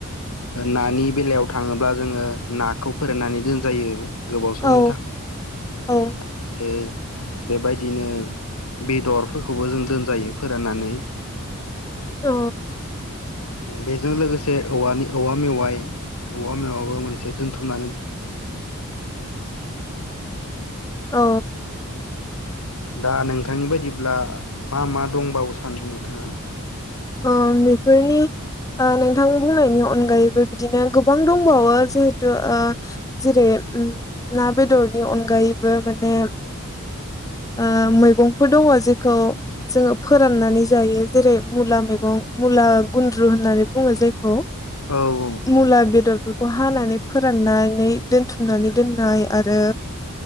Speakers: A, on the left (about 85°); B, on the left (about 15°).
A: नानि बेलायाव थाङोब्ला जोङो नाखौ फोराननानै दोनजायो गोबाव समनि
B: औ
A: थाखाय
B: औ
A: आरो बेबायदिनो बेदरफोरखौबो जों दोनजायो फोराननानै।
B: औ।
A: बेजों लोगोसे औवानि औवा मेवाइ औवा मेवाबो मोनसे दोनथुम
B: औ।
A: दा नोंथांनि बायदिब्ला मा मा दंबावो सानदों नोंथाङा।
B: ओ बेफोरनि नोंथां बुंनायनि अ अनगायैबो बिदिनो गोबां दंबावो जिहेथु जेरै ना बेदरनि अनगायैबो माने ओ मैगंफोर दङ जेखौ जोङो फोराननानै जायो जेरै मुला मेगं मुला गुन्द्रु होननानै बुङो जायखौ
A: औ औ
B: मुला बेदर खौ हानानै फोराननानै दोनथुमनानै दोननाय आरो।